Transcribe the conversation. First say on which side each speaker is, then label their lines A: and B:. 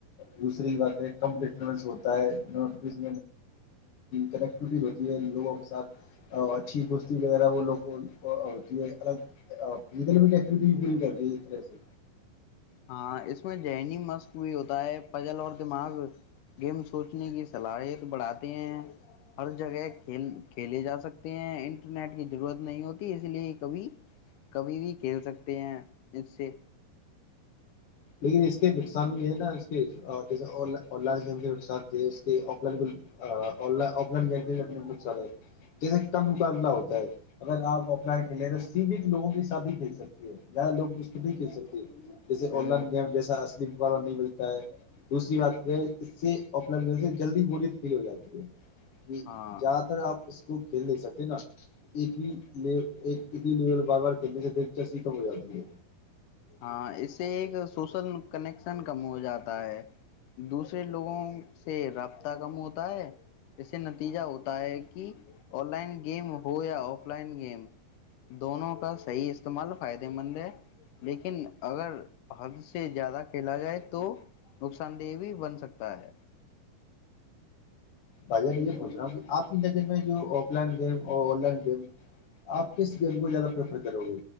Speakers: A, on the left; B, on the left.
A: دوسری بات ہے کمپ ہوتا ہے ہوتی کنیکٹیوٹی ہوتی ہے لوگوں کے ساتھ اچھی دوستی وغیرہ وہ لوگ ہوتی ہے الگ فیکل ایکٹی پوری کرتی ہے اس طرح سے
B: ہاں اس میں ذہنیی مسق بھی ہوتا ہے پل اور دماغ گیم سوچنے کی صلاحیت بڑھاتے ہیں ہر جگہ کھیل کھیلے جا سکتے ہیں انٹرنیٹ کی ضرورت نہیں ہوتی اسی لیے کبھی کبھی بھی کھیل سکتے ہیں اس سے
A: لیکن اس کے نقصان بھی ہے نا اس کے جیسے اور لار گیم کے آ آف لائن گیم بھینے بت سارے ہیں جیسے کم مقابلہ ہوتا ہے اگر آپ آف لائن کھیلیں تو سیمت لوگوں کے ساتھ ہی کھیل سکتے ہیں زیادہ لوگ م بھی کھیل سکتے ہیں جیسے
B: ہوں
A: آن لائن گم جیسا اصلی مق نہیں ملتا ہے دوسری بات یہ اس سے ا گ سے جلدی ب فیل ہو جاتی ہے کہ
B: ہاں
A: زیادہ تر آپ اس کو کھیل نہیں سکتے نا ایک ہی ایک ہی لیول بار بار کنے سے دلچ س کم ہو جات ہے
B: ہاں اس سے ایک سوشل کنیکشن کم ہو جاتا ہے دوسرے لوگوں سے رابطہ کم ہوتا ہے ج سے نتیجہ ہوتا ہے کہ آ لائن گیم ہو یا آف لائن گیم دونوں کا صحی استعمال فائدے مند ہے لیکن اگر حد سے زیادہ کھیلا جائے تو نقصان دہ بھی بن سکتا ہے
A: بھائی جان میں یہ پوچھ رہا ہوں کہ آپ کی نظر میں جو online game online game آپ کس گیم کو زیادہ پریفر کرو گے